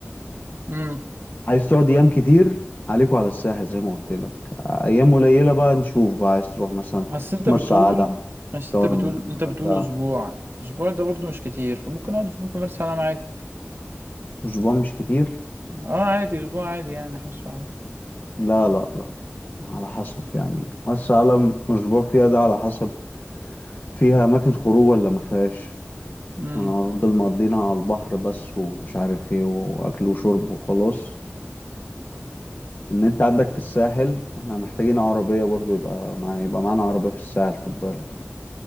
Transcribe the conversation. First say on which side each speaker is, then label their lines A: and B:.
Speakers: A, on the right; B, on the left.
A: امم
B: عايز تقعد ايام كتير عليكوا على الساحل زي ما قلت لك ايام قليلة بقى نشوف بقى عايز تروح مثلا
A: بس انت
B: مرسى
A: بتقول
B: علم
A: بس
B: شرم
A: انت بتقول
B: الغردقة
A: انت بتقول اسبوع اسبوع ده برضو مش كتير فممكن اقعد اسبوع في مرسى علم عادي
B: اسبوع مش كتير
A: اه عادي اسبوع عادي يعني حاسه عادي
B: لا لا لا على حسب يعني مرسى علم اسبوع فيها ده على حسب فيها اماكن خروج ولا ما فيهاش
A: امم
B: انا هفضل مقضينها على البحر بس ومش عارف ايه واكل وشرب وخلاص ان انت عندك في الساحل احنا محتاجين عربية برضو يبقى مع يبقى معانا عربية في الساحل خد بالك